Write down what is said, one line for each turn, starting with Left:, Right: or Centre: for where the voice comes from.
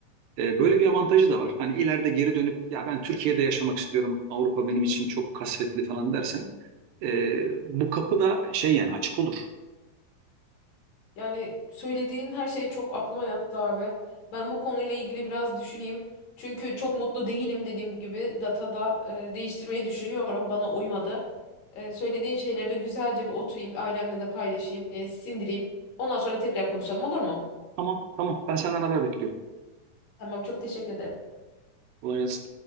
Right: E, Böyle bir avantajı da var. Hani ileride geri dönüp ya ben Türkiye'de yaşamak istiyorum, Avrupa benim için çok kasvetli falan dersen ee, bu kapı da şey yani açık olur.
Left: Yani söylediğin her şey çok aklıma yattı abi. Ben bu konuyla ilgili biraz düşüneyim. Çünkü çok mutlu değilim dediğim gibi datada e, değiştirmeyi düşünüyorum. Bana uymadı. E, söylediğin şeyleri de güzelce bir oturayım, ailemle de paylaşayım, e, sindireyim. Ondan sonra tekrar konuşalım olur mu?
Right: Tamam tamam ben senden haber bekliyorum.
Left: Tamam çok teşekkür ederim.
Right: Kolay gelsin.